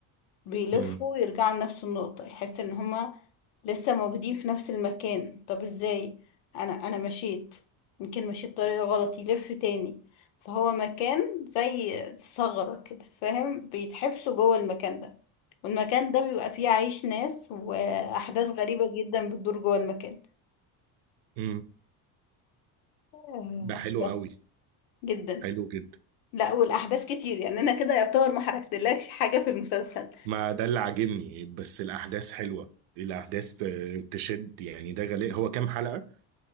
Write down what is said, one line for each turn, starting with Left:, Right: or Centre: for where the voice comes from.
Left: بيلفوا
Right: امم
Left: يرجعوا لنفس النقطة يحس ان هما لسه موجودين في نفس المكان طب ازاي انا انا مشيت يمكن مشيت طريقة غلط يلف تاني فهو مكان زي ثغرة كده فاهم بيتحبسوا جوه المكان ده والمكان ده بيبقى فيه عايش ناس وأحداث غريبة جدا بتدور جوه المكان
Right: امم
Left: آه.
Right: ده حلو
Left: بس
Right: قوي
Left: جدا
Right: حلو جدا
Left: لا والاحداث كتير يعني انا كده يعتبر ما حركتلكش حاجه في المسلسل
Right: ما ده اللي عاجبني بس الاحداث حلوه الاحداث ت- تشد يعني ده غالي هو كام حلقه